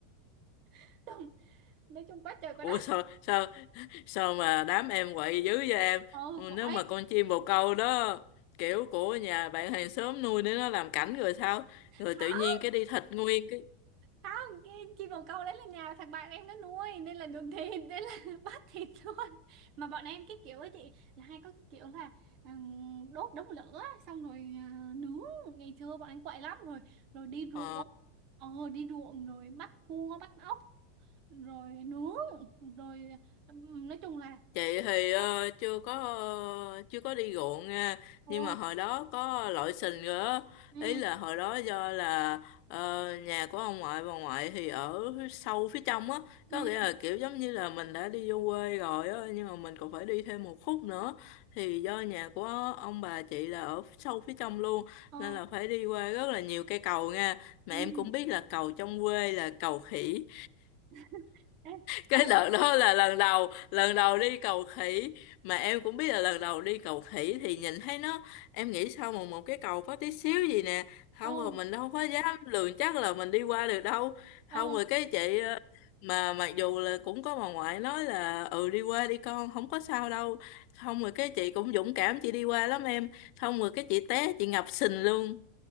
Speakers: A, on the right; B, on the left.
A: <laughs> nói chung quá trời quá
B: ủa
A: đất
B: sao sao sao mà đám em quậy dữ vậy em
A: ừ
B: Ừ,
A: quậy
B: nếu mà con chim bồ câu đó kiểu của nhà bạn hàng xóm nuôi để nó làm cảnh rồi sao
A: khó
B: rồi tự nhiên cái đi thịt nguyên cái
A: không cái chim bồ câu đấy là nhà thằng bạn em nó nuôi nên là đường thịt nên là <laughs> bắt thịt luôn mà bọn em cái kiểu ấy chị là hay có cái kiểu là ừm, đốt đống lửa xong rồi ờ, nướng ngày xưa bọn em quậy lắm rồi rồi đi ruộng
B: ờ
A: ờ đi ruộng rồi bắt cua bắt ốc rồi nướng rồi ừm, nói chung là
B: chị thì ờ,
A: quậy
B: chưa có ờ, chưa có đi ruộng nha
A: ồ
B: nhưng mà hồi đó có lội sình rồi á
A: ừ
B: ý là hồi đó do là ờ, nhà của ông ngoại bà ngoại thì ở sâu phía trong á
A: ừ
B: có nghĩa là kiểu giống như là mình đã đi vô quê rồi á nhưng mà mình còn phải đi thêm một khúc nữa thì do nhà của ông bà chị là ở sâu phía trong luôn
A: ờ
B: nên là phải đi qua rất là nhiều cây cầu nha mà
A: ừ
B: em cũng biết là cầu trong quê là cầu khỉ
A: <laughs> Ê,
B: cái
A: ê,
B: đợt đó là lần đầu lần đầu đi cầu khỉ mà em cũng biết là lần đầu đi cầu khỉ thì nhìn thấy nó em nghĩ sao mà một cái cầu có tí xíu gì nè không
A: ồ
B: rồi mình đâu có dám lường chắc là mình đi qua được đâu không
A: ồ
B: rồi cái chị ờ, mà mặc dù là cũng có bà ngoại nói là ừ đi qua đi con không có sao đâu xong rồi cái chị cũng dũng cảm chị đi qua lắm em xong rồi cái chị té chị ngập sình luôn